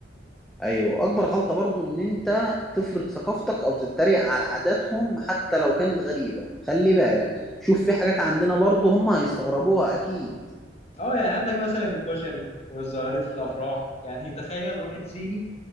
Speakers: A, in the centre; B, on the left (about 35°).
A: ايوه اكبر غلطة برضو ان انت تفرض ثقافتك او تتريق على عاداتهم حتى لو كانت غريبة خلي بالك شوف في حاجات عندنا برضو هم هيستغربوها اكيد
B: اه يعني عندك مثلا الكشري والزغاريد في الافراح يعني تخيل واحد صيني